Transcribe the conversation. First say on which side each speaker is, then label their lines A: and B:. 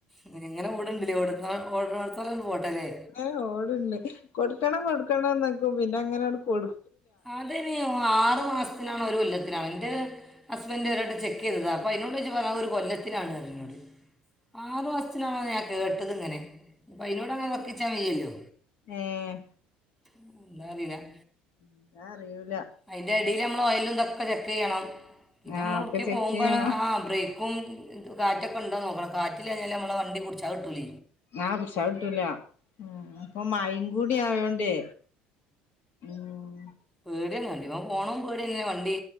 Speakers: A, in the centre; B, on the left (about 65°).
A: ഇങ്ങങ്ങനെ ഓടണ്ടിലെ ഓടന്നൊ ഓടണട് ത്തോളം പോട്ടെലേ
B: എ ഓടുണ്ട് കൊടുക്കണം കൊടുക്കണംന്നക്കും പിന്ന ങ്ങനെട് കൊടു
A: അത് ഇനിആറു മാസത്തിനാണോ ഒരു കൊല്ലത്തിനാണോ എന്റെ ഹസ്ബൻഡറ് ഒരുവട്ടംചെക്ക് ചെയ്തതാഅപ്പൊ അയി നോട് ചോദിച്ചപ്പോപറലാഞു ആഒരു കൊല്ലത്തിലാണ്പറഞ്ഞു ന്നോട് ആറു മാസത്തിനാണോ ഞാൻ കേട്ടത് ഇങ്ങനെ ഇനിപ്പോ അയിനോട് അങ്ങനെ വക്കിച്ചാൽ വയ്യല്ലോ
B: ഏഹ്...
A: ഉം എന്താറീ ല്ല
B: ഉം ഞാ അറിയിൂല
A: അതിന്റെ അടിൽ നമ്മള് ഒ യലും ഇതൊക്കെ ചെക്ക് ചെയ്യണം പിന്നെ
B: ആഹ്
A: നമ്മൾ
B: ഒക്കെ
A: എവ്ടുക്കി
B: ചെക്ക്
A: പോക്പോണ്
B: ചെയ്യണം
A: ആ ബ്രേക്ക് ക്കും ഇത് കാറ്റൊക്കെ ഉണ്ടോന്ന് നോക്കണം കാറ്റിലാഞ്ഞാല നമ്മളെ വണ്ടി കുടിച്ചാൽ കിട്ടൂല
B: ഞാപിടിച്ചാകിട്ടൂല ഉം പ്പൊമഴീമ് കൂടി ആയോണ്ടേ ഉഉം
A: പേട തന്നെ വണ്ടി പോണതും പേടിന്നെണ് വണ്ടി